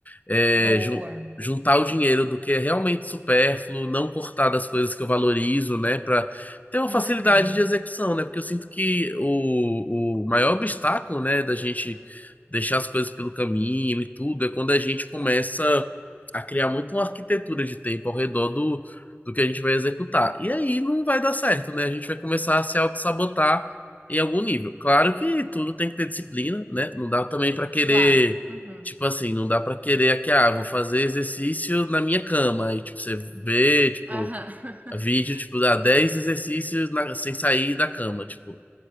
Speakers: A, on the left (about 35°); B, on the right (about 35°).
A: é,
B: Boa.
A: ju- juntar o dinheiro do que é realmente supérfluo, não cortar das coisas que eu valorizo, né, para ter uma
B: Uhum.
A: facilidade de execução, né? Porque eu sinto que o, o maior obstáculo, né, da gente deixar as coisas pelo caminho e tudo é quando a gente começa a criar muito uma arquitetura de tempo ao redor do, do que a gente vai executar. E aí não vai dar certo, né? A gente vai começar a se auto-sabotar em algum nível. Claro que tudo tem que ter disciplina, né? Não dá também para querer
B: Claro. Uhum.
A: Tipo assim, não dá pra querer que, ah, vou fazer exercício na minha cama. Aí, tipo, você vê, tipo,
B: Aham. <laughs>
A: vídeo, tipo, dá 10 exercícios na- sem sair da cama, tipo.